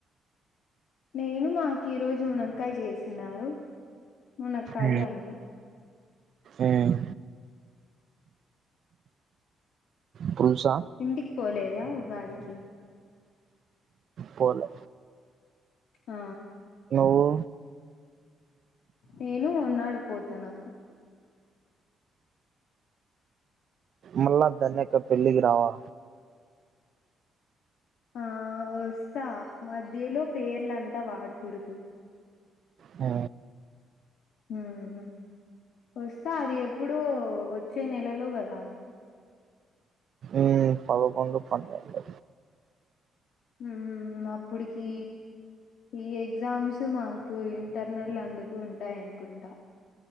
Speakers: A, on the left (about 70°); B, on the right (about 60°).
A: నేను మాకు ఈ రోజు మునక్కాయ చేసినారు మునక్కాయ్
B: ఉమ్
A: అన్నం
B: ఉమ్ పులుసా
A: ఇంటికి పోలేదా ఉగాదికి
B: పోలే
A: ఆ
B: నువ్వు
A: నేను మోన్నాడు పోతనా
B: మళ్ళా ధన్య అక్క పెళ్లికి రావా
A: ఆ వస్తా మధ్యలో పేర్లంతా వాడకూడదు
B: ఆ
A: ఉ వస్తా అది ఎప్పుడో వచ్చే నెలలో కదా
B: ఉమ్, పదకొండు పన్నెండు
A: ఉమ్ అప్పుడికి ఈ ఎగ్జామ్స్ మాకు ఇంటర్నల్ అందుకు ఉంటాయి అనుకుంటా